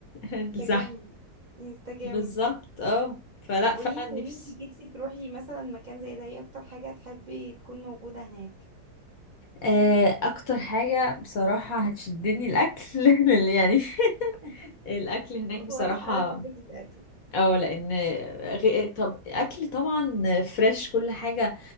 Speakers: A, on the left; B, on the right.
A: <laughs>
B: انسجام
A: الزحمة
B: انسجام
A: بالظبط اه فلا
B: طب
A: فعلا
B: قولي لي
A: نفسي
B: لو انت جيتي تروحي مثلا مكان زي ده ايه اكتر حاجة تحبي تكون موجودة هناك
A: آه، اكتر حاجة بصراحة هتشدني الاكل <laughs> لأن يعني
B: <laughs>
A: الاكل هناك بصراحة
B: واضح قوي حبك للأكل
A: اه لان غ... طب اكل طبعا فريش كل حاجة